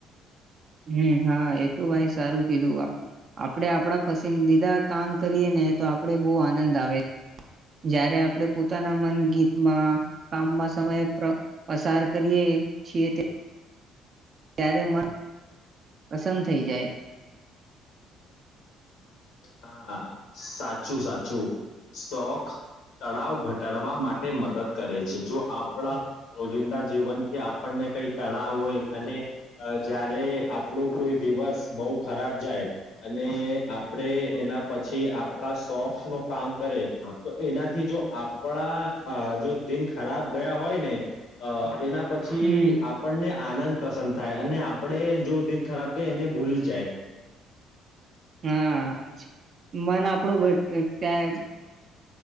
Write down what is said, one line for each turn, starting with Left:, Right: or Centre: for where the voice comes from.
Right: હમ હા એ તો ભાઈ સારું કીધું આપડે આપડા પસંદીદા કામ કરીએ ને તો આપડે બહુ આનંદ આવે જયારે આપણે પોતાના મન ગીતમાં કામમાં સમય પર પસાર કરીએ છીએ ત્યારે મન પ્રસન્ન થઈ જાય
Left: હા સાચું સાચું શોખ તળાવ ઘટાડવા માટે મદદ કરે છે જો આપણા રોજિંદા જીવનથી આપણને કઈ તળાવ હોય અને અ જયારે આપણો કોઈ દિવસ બોવ ખરાબ જાય અને આપ આપડે એના પછી આપડા સોફ નો કામ કરે તો એનાથી જો આપડા અહ જો દિન ખરાબ ગયા હોય ને અહ એના પછી
Right: હમ
Left: આપણને આનંદ પ્રસન થાય અને આપડે જો દિન ખરાબ ગય એને ભૂલી જાય
Right: હા, આજ મન આપડું <unintelligible> ત્યાંજ